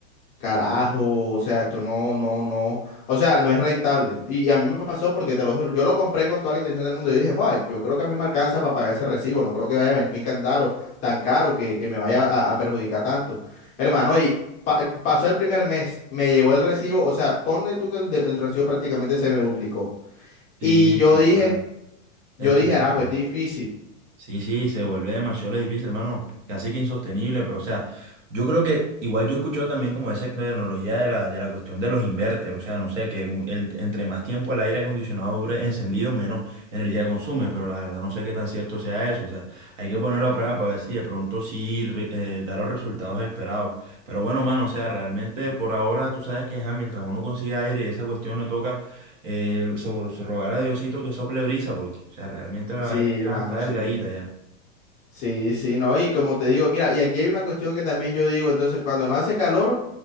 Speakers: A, on the left (about 20°); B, on the right (about 65°).
A: carajo, o sea, esto no, no, no, o sea, no es rentable. Y a mí me pasó porque te lo juro, yo lo compré con toda la intención del mundo y dije, joa, yo creo que a mí me alcanza para pagar ese recibo, no creo que vaya a venir tan caro, tan caro que, que me vaya a, a perjudicar tanto. Hermano, y pa- pasó el primer mes, me llegó el recibo, o sea, ponle tú que el, de- el recibo prácticamente se me duplicó.
B: Sí,
A: Y yo
B: sí,
A: dije...
B: claro.
A: Yo
B: Es que
A: dije,
B: eso,
A: Arajo,
B: pues,
A: es difícil.
B: sí, sí, se vuelve demasiado difícil, hermano. Casi que insostenible, pero o sea, yo creo que igual yo he escuchado también como esa tecnología de la, de la cuestión de los inverter, o sea, no sé, que un- el- entre más tiempo el aire acondicionado dure encendido, menos energía consume, pero la verdad no sé qué tan cierto sea eso, o sea, hay que ponerlo a prueba para ver si de pronto sí re- eh, da los resultados esperados. Pero bueno, mano, o sea, realmente por ahora tú sabes que ajá, mientras uno consiga aire y esa cuestión le toca eh, so- so rogar a Diosito que sople brisa, porque o sea, realmente la
A: Sí,
B: vaina está,
A: hermano,
B: está
A: sí.
B: delgadita ya.
A: Sí, sí, no. Y como te digo, mira, y aquí hay una cuestión que también yo digo, entonces, cuando no hace calor...